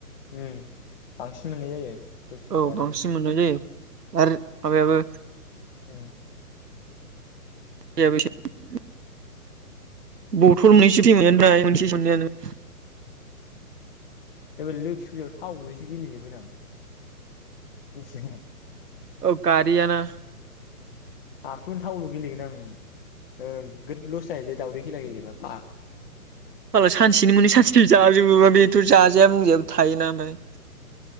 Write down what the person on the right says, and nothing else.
औ
बांसिन मोनोनाय जायो। आरो माबायाबो।
<unintelligible> बथल मोननैसो <unintelligible> मोनसे मोनैयानो
अ गारियाना
सानसेनो मोनो सानसेनि जाजोबोबा बेथ' जाजाया मजायाबो थायो ना उनफाय